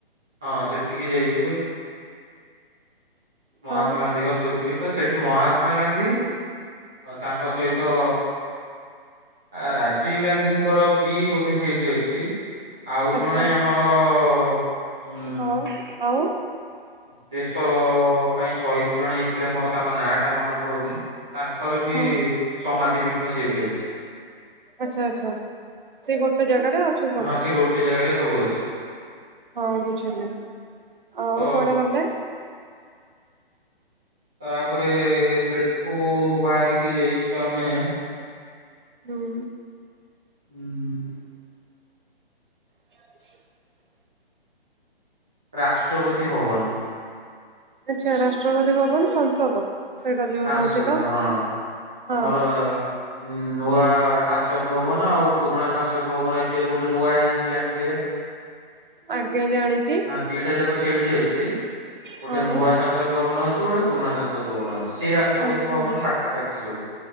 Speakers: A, in the centre; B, on the right.
A: ହଁ ସେଠିକି ଯାଇଥିଲୁ। ମହାତ୍ମା
B: ହଁ
A: ଗାନ୍ଧୀଙ୍କ ସ୍ମୃତିପୀଠ, ସେଠି ମହାତ୍ମା ଗାନ୍ଧୀ ତାଙ୍କ ସହିତ ଆ ରାଜୀବ ଗାନ୍ଧୀଙ୍କର ବି ବୋଧେ ସେଇଠି ଅଛି? ଆଉ ଜଣେ
B: ଆଚ୍ଛା
A: ଆମର ଉ
B: ହଁ ଆଉ?
A: ଦେଶ ପାଇଁ ସହିଦ ଜଣେ ହେଇଥିଲେ ମୋର ତାଙ୍କ ନାଁ ଟା ମନେ ପଡୁନି। ତାଙ୍କର ବି
B: ହଁ।
A: ସମାଧି ପୀଠ ସେଇଠି ଅଛି।
B: ଆଚ୍ଛା ଆଚ୍ଛା ସେ ଗୋଟେ ଜାଗାରେ ଅଛି ସବୁ।
A: ହଁ ସେ ଗୋଟେ ଜାଗାରେ ସବୁ ଅଛି।
B: ହଁ ବୁଝିଲି ଆଉ
A: ତ
B: କୁଆଡେ ଗଲେ?
A: ତାପରେ ସେଠୁ ବାହାରିକି ଯାଇଛୁ ଆମେ
B: ହୁଁ।
A: ହୁଁ।
B: <inaudible>
A: ରାଷ୍ଟ୍ରପତି ଭବନ।
B: ଆଚ୍ଛା ରାଷ୍ଟ୍ରପତି ଭବନ ସଂସଦ। ସେଇଟା ଯୋଉ
A: ସାଂସଦ
B: ରହୁଛି ତ?
A: ହଁ
B: ହଁ
A: ଆମର ହଁ ନୂଆ ସାଂସଦ ଭବନ ଆଉ ପୁରୁଣା ସାଂସଦ ଭବନ ଏବେ ଗୋଟେ ନୂଆ ହେଇଚି ଜାଣିଥିବେ?
B: ଆଜ୍ଞା ଜାଣିଚି।
A: ହଁ ଦିଟା ଯାକ ସେଇଠି ଅଛି ଗୋଟେ
B: ହଁ
A: ନୂଆ ସାଂସଦ ଭବନ ଅଛି ଗୋଟେ ପୁରୁଣା ସାଂସଦ ଭବନ ଅଛି ସେଇ ରାଷ୍ଟ ରାଷ୍ଟ୍ରପତି
B: ଆଚ୍ଛା
A: ଭବନ ପାଖାପାଖି ସବୁ